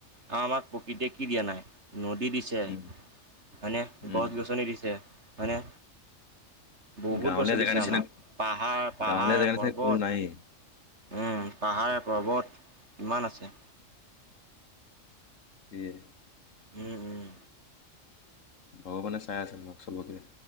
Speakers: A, on the right; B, on the left.
A: আমাক প্ৰকৃতিয়ে কি দিয়া নাই। নদী দিছে
B: উম
A: হইনে?
B: উম
A: গছ গছনী দিছে হইনে? বহুত
B: গাঁৱলীয়া
A: বস্তু দিছে
B: জেগা নিচিনা
A: আমাক পাহাৰ পাহাৰ
B: গাঁৱলীয়া জেগা নিচিনা
A: পৰ্বত-
B: কোনো নায়েই
A: উম পাহাৰ পৰ্বত কিমান আছে।
B: সেইয়ে
A: উম উম।
B: ভগৱানে চাই আছিল আমাক চবকে।